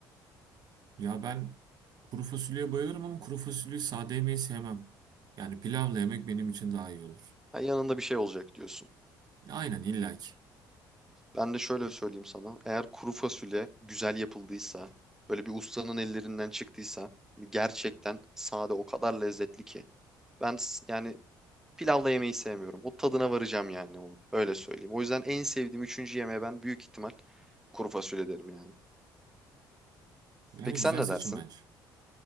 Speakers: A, on the right; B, in the centre.
A: ya ben kuru fasulyeye bayılırım ama kuru fasulyeyi sade yemeyi sevmem. Yani pilavla yemek benim için daha iyi olur.
B: Ha, yanında bir şey olacak diyorsun.
A: Aynen illaki.
B: Ben de şöyle söyleyeyim sana. Eğer kuru fasulye güzel yapıldıysa, böyle bir ustanın ellerinden çıktıysa, hani gerçekten sade o kadar lezzetli ki. Ben s- yani Pilavla yemeyi sevmiyorum. O tadına varacağım yani onu. Öyle söyleyeyim. O yüzden en sevdiğim üçüncü yemeğe ben büyük ihtimal kuru fasulye derim yani.
A: Yani
B: Peki
A: güzel
B: sen ne
A: seçim
B: dersin?
A: bence.